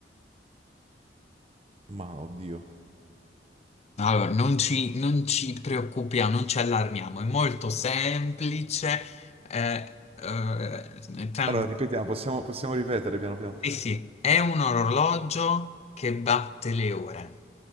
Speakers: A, on the right (about 35°); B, on the left (about 35°).
A: ma, oddio.
B: Allora, non ci, non ci preoccupiamo, non ci allarmiamo, è molto semplice, eh, eh, tranquillo.
A: Allora, ripetiamo, possiamo, possiamo ripetere piano piano.
B: Sì, sì, è un orologio che batte le ore,